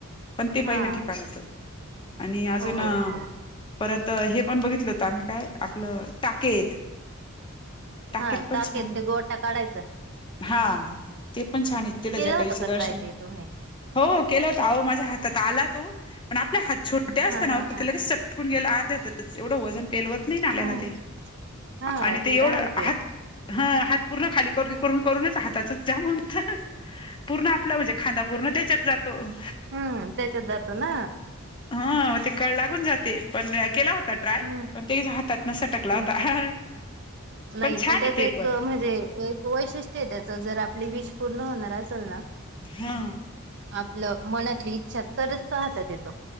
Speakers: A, on the left; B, on the right.
A: पण ते
B: हा
A: पहिलं ठिकाण होेत. आणि अजून
B: हो हो हो हो.
A: परत हे पण बघितलं होत आम्ही काय आपलं ताकेद. ताकेत
B: हा
A: पण
B: टाकेत
A: छान आहेत.
B: ते गोटा काढायचा.
A: हा ते पण छान आहेत. तिड
B: केला
A: जटवि
B: होता
A: स
B: का
A: दर्शन
B: ट्राय ते तुम्ही?
A: हो केल होत हो माझ्या हातात आला तो पण आपल्या हात छोड कुठे असताना
B: हा हा हा
A: ति लगेच सटकून गेला आर्ध्याेतच एवढं वजन पेलवत नाही ना आपल्याला
B: हा.
A: ते.
B: हा
A: आणि
B: ते
A: एवढं
B: तर आहे.
A: हात हा हात पूर्ण खाली करदी करून करूनच हाताच जामणत. पूर्ण आपलं म्हणजे खांदा पूर्ण त्याच्यात जातो. <inaudible>
B: हम्म त्याच्यात जातो ना
A: हा ते कळ लागून जाते पण केला हो त ट्राय
B: हम्म
A: पण ते हातात न सटकला
B: हम्म
A: होता. <inaudible>
B: नाही
A: छान
B: पण त्याच
A: आहे ते
B: एक
A: पण
B: म्हणजे एक वैशिष्ट्य आहे त्याच जर आपली विष पूर्ण होणार असेल ना.
A: ह
B: आपलं मनातली इच्छा तरच तो हातात येत.